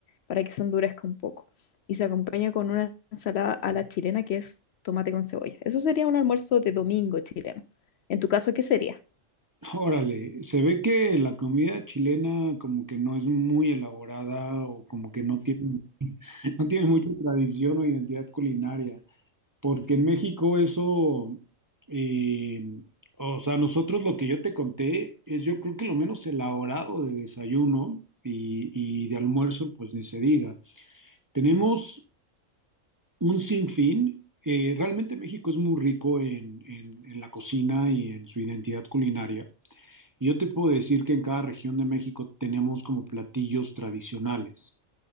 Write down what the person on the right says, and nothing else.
Órale, se ve que la comida chilena como que no es muy elaborada o como que no tiene, <laughs> no tiene mucha tradición o identidad culinaria, porque en México eso, eh, o sea, nosotros lo que yo te conté es yo creo que lo menos elaborado de desayuno y, y de almuerzo, pues ni se diga. Tenemos un sinfín, eh, realmente México es muy rico en en- en la cocina y en su identidad culinaria. Y Yo te puedo decir que en cada región de México tenemos como platillos tradicionales.